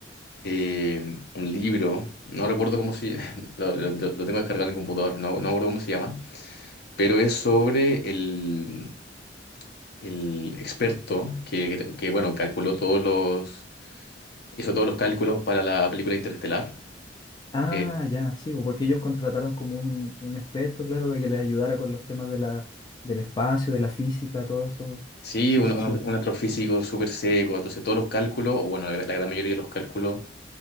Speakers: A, on the left; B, on the left.
A: eh, un libro, no recuerdo cómo se. <laughs> Lo, lo- lo tengo descargado en el computador, no, no recuerdo cómo se llama, pero es sobre el. el experto que, que, bueno, calculó todos los, hizo todos los cálculos para la película Interestelar.
B: Ah,
A: Eh,
B: ya, sí, bo, porque ellos contrataron como un, un experto, claro, para que les ayudara con los temas de la, del espacio, de la física, todo eso.
A: sí,
B: Sí,
A: un,
B: sí,
A: un-
B: sí.
A: un astrofísico súper seco, entonces todos los cálculos, o bueno, la, la gran mayoría de los cálculos